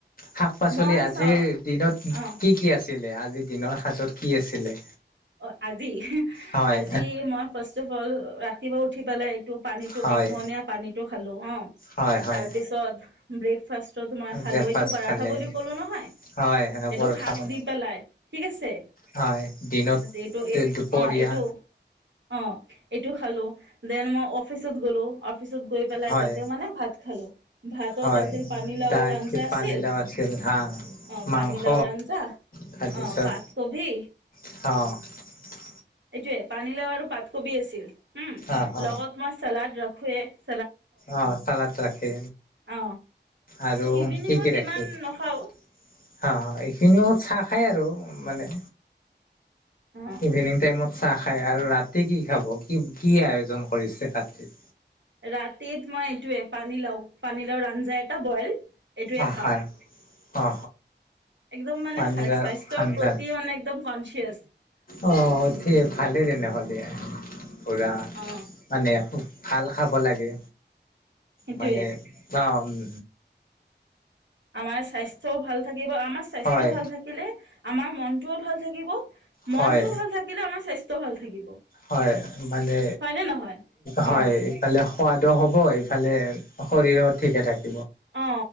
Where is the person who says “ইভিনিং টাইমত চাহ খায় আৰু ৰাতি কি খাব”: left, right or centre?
Left